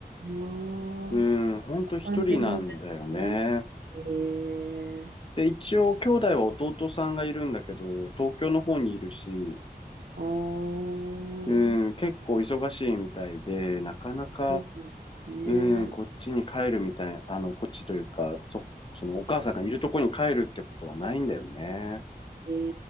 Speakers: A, on the right; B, on the left.
A: あ
B: うん、ほんと一人なんだよね。
A: あ、完全にじゃあ一人。ええ
B: で、一応、兄弟は弟さんがいるんだけど、東京の方にいるし、
A: ああ、そ
B: うん、結構忙しいみたいで、なかなか、
A: うですね。
B: うん、こっちに帰るみたい、あの、こっちというか、そ、そのお母さんがいるとこに帰るってことはないんだよね。
A: え